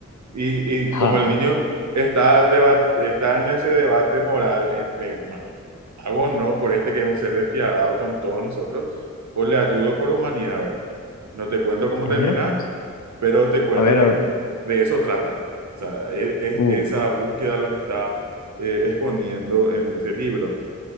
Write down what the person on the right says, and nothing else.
Y,
y como el niño está, deba- está en ese debate moral entre, bueno, hago o no por este que es un ser despiadado con todos nosotros, o le ayudo por humanidad, ¿verdad? No te cuento cómo termina,
pero te cuento
que
de eso trata. O sea, es, es
esa búsqueda lo que está eh, exponiendo en ese libro,